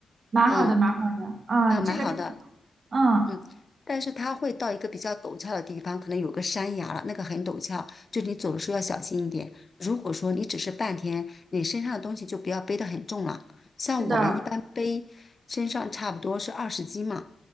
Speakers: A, on the right (about 50°); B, on the left (about 30°).
A: 蛮好的，
B: 嗯，
A: 蛮好的，啊、
B: 嗯，
A: 这个挺，
B: 蛮好的。
A: 嗯，
B: 嗯，但是它会到一个比较陡峭的地方，可能有个山崖了，那个很陡峭，就你走的时候要小心一点。如果说你只是半天，你身上的东西就不要背得很重了。像我们一般背身上差不多是二十斤嘛，
A: 是的。